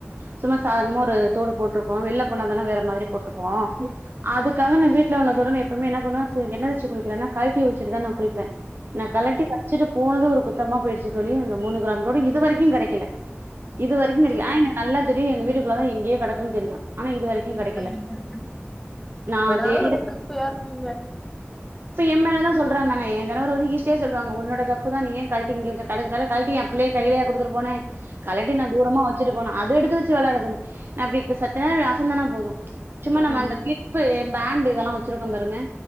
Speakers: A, on the right (about 55°); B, in the centre.
A: சும்மா சாதனமா ஒரு தோடு போட்டுருப்போ வெள்ல போனாதான வேற
B: ம்
A: மாதிரி போட்டுருப்போ அதுக் க்காங்க நா வீட்ல உள்ள தோட நா எப்பவுமே என்ன பண்ணுவ எண்ண வச்சு குளிக்குறனா கழ்ட்டி வச்சுட்டுதா நா குளிப்ப நா கலட்டி வச்சுட்டுப் போனது ஒரு குத்தமா போயிடுச்சு தோழி அந்த மூணு கிராம் தோடு இது வரைக்கும் கெடைக்கல இது வரைக்கும் கெடைக்கள ஆயினு நல்லா தெரியு எங்க வீட்டு குல்லதா எங்கயோ கெடக்குன் தெரியு ஆனா இது வரைக்கு கெடைக்கல
B: ங்க இரு
A: நா
B: அதனலா
A: தேடிட்டு
B: ஒரு திருப்தியா இருப்பீங்க
A: எம்மேலா தான் சொல்றாங்க ஆன என் கணவர் வந்து ஈஸியா சொல்லுவாங்க உன்னோட தப்பு தான் நீ ஏன் கழட்டி இங்க வச்ச கழட்டி என் பிள்ளைங்க கைலயா குடுதுட்டு போன ட்டி நா தூரமா வச்சுட்டு போன அது எடுத்து வச்சு விளையாடுதுங்க நா செத்த நேரம் இப்டி அசேதேன போதும் சும்மா
B: ம்
A: நம்ம அந்த கிளிப் பேண்ட் இதெல்லா வச்சிருக்கோ பாருங்க